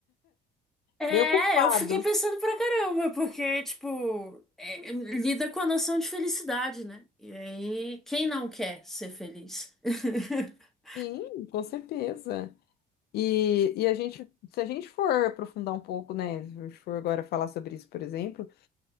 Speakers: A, in the centre; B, on the left.
A: É,
B: bem ocupados.
A: eu fiquei pensando pra caramba, porque, tipo, é, lida com a noção de felicidade, né? E aí, quem não quer ser feliz? <laughs>
B: Sim, com certeza. E, e a gente, se a gente for aprofundar um pouco, né? Se a gente for agora falar sobre isso, por exemplo,